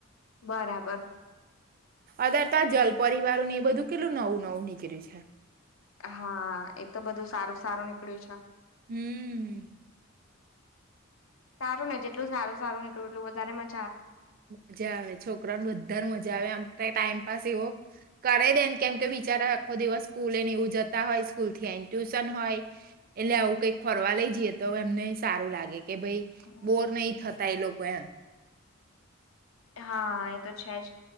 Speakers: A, on the left (about 80°); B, on the right (about 45°).
A: બરાબર.
B: અતાર ત્યા જલ પરિવારોને એ બધું કેટલું નવું નવું નીકળ્યું છે.
A: હા એ તો બધું સારું સારું નીકળ્યું છે.
B: હમ્મ.
A: સારું ને જેટલું સાર સારું નીકળું એટલું વધારે મ
B: મજા આવે છોકરાઓને બધા જ મજા આવે આમ ક ટાઈમ પાસ એવો કરે દેને કેમ કે બિચારા આખો દિવસ સ્કૂલ ને એવું જતા હોય સ્કૂલ થી આવીને ટ્યુશન હ ય એટલે આવું કઈક ફરવા લઈ જઈએ તો એમને સારું લાગે. કે ભાઈ
A: હમ.
B: બોર નહી થતા એ લોકો એમ.
A: હા એ તો છે જ.